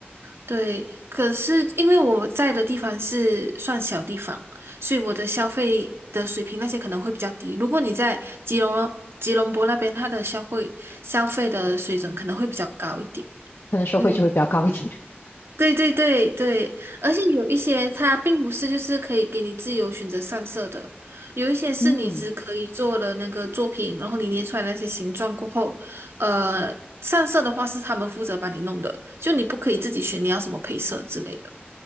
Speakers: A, on the right (about 80°); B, on the left (about 65°).
A: 对。可是因为我在的地方是算小地方，所以我的消费的水平那些可能会比较低。如果你在吉隆吉隆坡那边，它的消费消费的水准可能会比较高一点，
B: 可能收费就会比较高一点。
A: 嗯。
B: <laughs>
A: 对对对对，而且有一些它并不是就是可以给你自由选择上色的，有一些是你只可以做了那个作品，
B: 嗯，
A: 然后你捏出来那些形状过后，呃，上色的话是他们负责帮你弄的，就你不可以自己选你要什么配色之类的。